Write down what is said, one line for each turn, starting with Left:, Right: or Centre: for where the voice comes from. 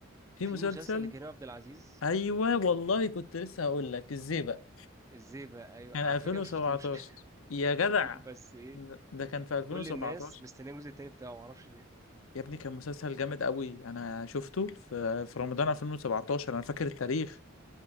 Left: في
Right: في
Left: مسلسل
Right: مسلسل لكريم عبد العزيز
Left: ايوه والله كنت لسه هقول لك ازاي بقى
Right: الزيبة أيوة
Left: كان
Right: على
Left: 2017
Right: فكرة ما شفتوش <laughs> ما
Left: يا جدع
Right: شفتوش بس إيه
Left: ده ده كان في 2017
Right: كل الناس مستنية الجزء التاني بتاعه معرفش ليه
Left: يا ابني كان مسلسل جامد قوي انا شفته في في رمضان 2017 انا فاكر التاريخ